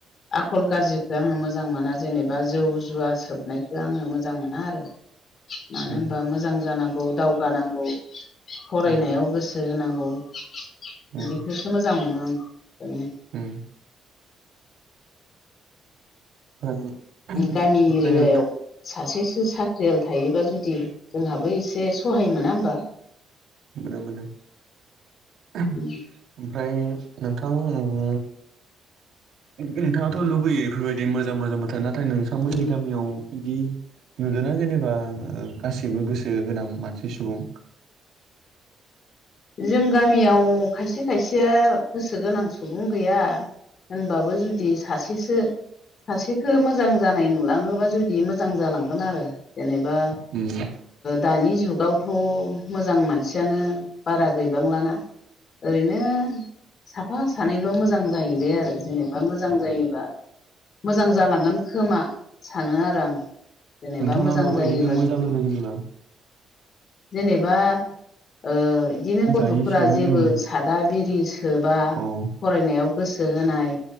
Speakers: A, on the left; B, on the right.
A: आख ल गाज्रिखौ आङो मोजां मोना जेनेबा जौ जुवा सोबनायखौ आङो मोजां मोना आरो। मानो
B: उम
A: होनबा मोजां जानांगौ दावगानांगौ। फरायनायाव
B: उम
A: गोसो होनांगौ बिदिखौसो
B: उम
A: मोजां मोनो आं। थारमाने
B: <unintelligible> <unintelligible> ओमफ्राय
A: गामि एरियायाव
B: नोंथां
A: सासेसो साख्रियाल थायोबा जुदि, जोंहाबो एसे सहाय मोना होमबा!
B: मोनो मोनो ओमफ्राय
A: उम
B: नोंथां उम नोंथाङाथ' लुगैयो इफोरबायदि मोजां मोजां बाथ्रा नाथाय नोंथांमोननि
A: उम
B: गामियाव बिदि नुदोंना जेनेबा ओ गासिबो गोसो गोनां मानसि सुबुं
A: जों गामियाव खायसे खायसेया गोसो गोनां सुबुं गैया। होनबाबो जुदि सासेसो सासेखौ मोजां जानाय नुलाङोबा जुदि मोजां जालांगोन आरो। जेनेबा
B: उम
A: दानि जुगावथ' मोजां मानसियानो बारा गैबांलाना ओरैनो साफा सानैल' मोजां जाहैबाय आरो जेनेबा मोजां जायोबा मोजां जालांगोन खोमा सानो आरो आं। जेनेबा
B: नोंथाङा
A: मोजां
B: माबायदिखौ
A: जायोबा
B: मोजां
A: जुदि
B: होनदों जेनेबा
A: जेनेबा बिदिनो गथ'फोरा
B: जायै सोबै
A: जेबो
B: लोङि
A: सादा बिरि सोब्ला
B: औ
A: फरायनायाव गोसो होनाय